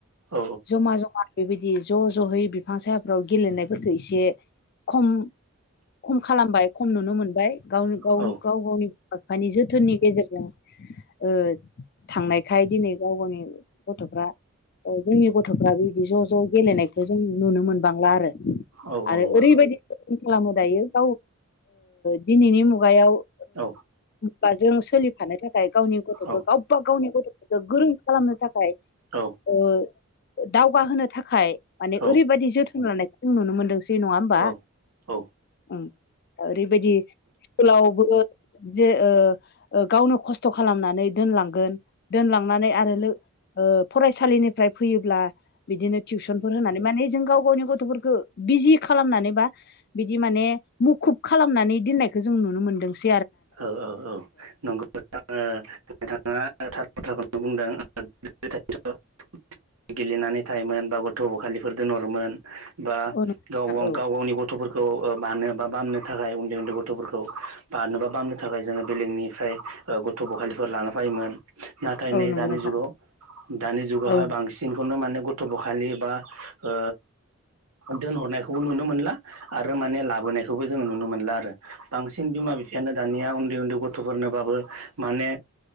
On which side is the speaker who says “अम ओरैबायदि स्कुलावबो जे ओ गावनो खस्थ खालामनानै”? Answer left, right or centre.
Left